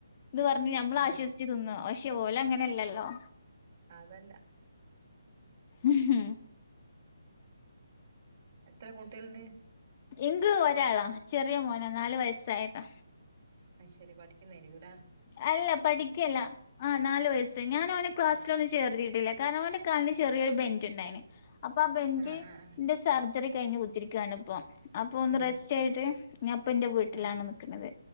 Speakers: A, on the left; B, on the right.
A: ഇന്ന് പറഞ്ഞ് ഞമ്മള്
B: അതന്നെ
A: ആശ്വസിച്ച് തിന്നു. പക്ഷെ ഓല് അങ്ങനെയല്ലല്ലോ.
B: അത് അല്ല
A: ഉം
B: എത്ര കുട്ടികളുണ്ട്.
A: എങ്ക് ഒരാളാ ചെറിയ മോനോ നാല് വയസ്സായതാ.
B: അത് ശരി പഠിക്കുന്നതായിക്കും ഇല്ലേ
A: അല്ല പഠിക്കുകയല്ല ആ നാല് വയസ്സ് ഞാന് അവനെ ക്ലാസ്സിൽ
B: ആഹ്
A: ഒന്ന ചേർത്തിട്ടില്ല, കാരണം അവന്റെ കണ്ണ് ചെറിയൊരു ബെഞ്ച് ഉണ്ടായിണ് അപ്പൊ ആ ബെഞ്ചിന്റെ
B: ആഹ് ആഹ്
A: - സർജറി കഴിഞ്ഞ് കുത്തിരിക്കുകയാണ് ഇപ്പൊ. അപ്പൊ ഒന്ന്
B: ഉം
A: റെസ്റ്റ് ആയിട്ട് ഞാൻ ഇപ്പ എന്റെ വീട്ടിലാണ്
B: ആഹ്
A: നിക്കുന്നത്